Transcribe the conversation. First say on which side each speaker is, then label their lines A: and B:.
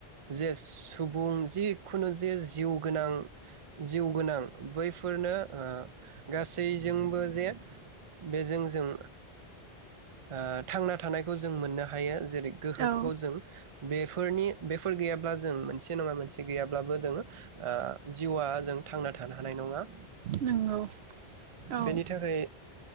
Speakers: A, on the right; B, on the right.
A: जे सुबुं जिखुनु जे जिउ गोनां। जिउ गोनां बैफोरनो ओ गासैजोंबो जे बेजों जों। ओ थांना थानायखौ जों मोननो हायो जेरै गोहोफोरखौ
B: औ
A: जों बेफोरनि बेफोर गैयाब्ला जों मोनसे नङा मोनसे गैयाब्लाबो जोङो ओ जिउआ जों। थांना थानो हानाय नङा ओ
B: नंगौ औ
A: बेनि थाखाय